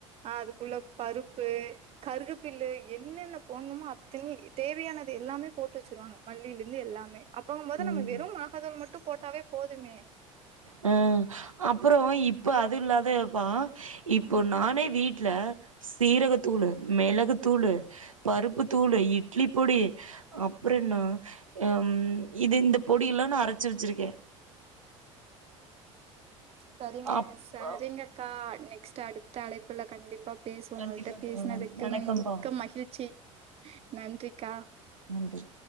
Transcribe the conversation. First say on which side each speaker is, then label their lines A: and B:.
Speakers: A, on the right; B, on the right.
A: அதுக்குள்ள பருப்பு கருக பில்லு என்னென்ன போடணுமோ அத்தனயும் தேவையானது எல்லாமே போட்டு வச்சருவாங்க மல்லில இருந்து எல்லாமே அப்பகும் போது
B: ம்
A: நம்ம வெறும்மா மட்டும் போட்டாவே போதுமே
B: ஹம் அப்புறம் இப்போ அது இல்லாதப்பா இப்போ
A: ஆ
B: நானே வீட்டுல சீரகத்தூள் மிளகு தூள் பருப்பு தூள் இட்லி பொடி அப்புறம் என்ன ஹம் இது இந்த பொடிய எல்லாம் நான் அரச்சு வச்சிருக்கேன்
A: சரிங்க
B: அப்ப
A: சரிங்கக்கா நெக்ஸ்ட் அடுத்த அழைப்புல கண்டிப்பா பேசுவோ
B: கண்டிப்பா
A: உங்களிட்ட பேசுனதுக்கு
B: தோழா வணக்கம்ப்பா
A: மிக்க மகிழ்ச்சி நன்றிக்கா
B: நன்றி